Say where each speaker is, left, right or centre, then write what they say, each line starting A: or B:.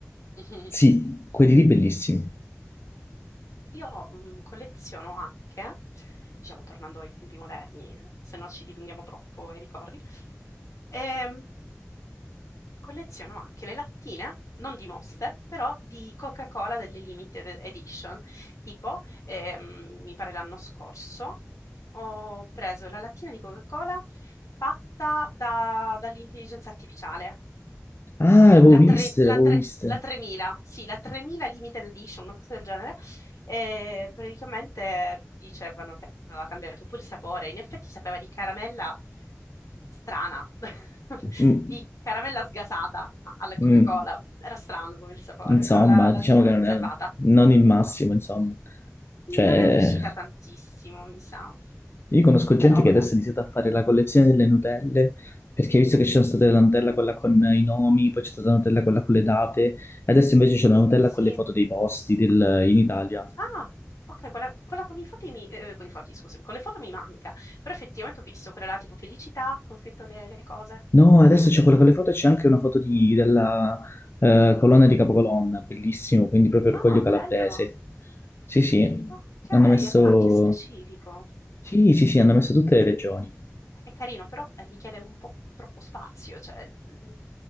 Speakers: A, on the left; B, on the left.
A: Mhm.
B: Sì, quelli lì bellissimi.
A: Io mm, colleziono anche, diciamo, tornando ai tempi moderni, se no ci dilunghiamo troppo ai ricordi, ehm, colleziono anche le lattine, non di Monster, però di Coca-Cola delle Limited Edition. Tipo, ehm, mi pare l'anno scorso, ho preso la lattina di Coca-Cola fatta da- dall'intelligenza artificiale.
B: Ah, le avevo
A: la, tre-
B: viste,
A: la
B: le avevo
A: tre-
B: viste.
A: la 3000, sì, la 3000 Limited Edition, una cosa del genere, e praticamente dicevano che aveva cambiato pure il sapore, in effetti sapeva di caramella strana, <laughs>
B: Mm,
A: di caramella sgasata alla Coca-Cola,
B: mm.
A: era strano come il sapore,
B: Insomma,
A: però la, la
B: diciamo
A: lattina
B: che
A: l'ho
B: non
A: conservata.
B: è non il massimo, insomma.
A: Quindi
B: Cioè,
A: non è riuscita tantissimo, mi sa,
B: io conosco gente
A: però vabbè,
B: che adesso ha iniziato a fare la collezione delle Nutelle, perché visto che c'è stata la Nutella quella con i nomi, poi c'è stata la Nutella quella con le date, adesso invece c'è la Nutella
A: sì.
B: con le foto dei posti del- in Italia.
A: Ah, ok, quella, quella con i foti, mi, eh, con i foti, scusami, con le foto mi manca, però effettivamente ho visto quella là tipo felicità, con scritto le, le cose.
B: No, adesso c'è quella con le foto, c'è anche una foto di- della eh, colonna di Capocolonna, bellissimo, quindi proprio Orgoglio
A: Ah,
B: Calabrese.
A: bello.
B: Sì, sì,
A: Ok,
B: hanno messo...
A: allora anche specifico.
B: Sì, sì,
A: Eh,
B: sì, hanno messo tutte le
A: È,
B: regioni.
A: è carino, però richiede un po' troppo spazio, cioè, l-